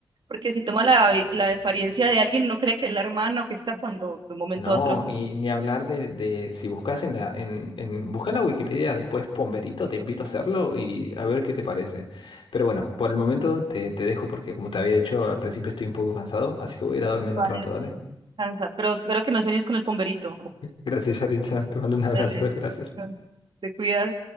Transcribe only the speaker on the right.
Porque si toma la, la apariencia de alguien, uno cree que es la hermana o que está cuando de un momento
a otro
parece.
Cansa. Pero espero que no sueñes con el bomberito.
Dale.
Te cuidas.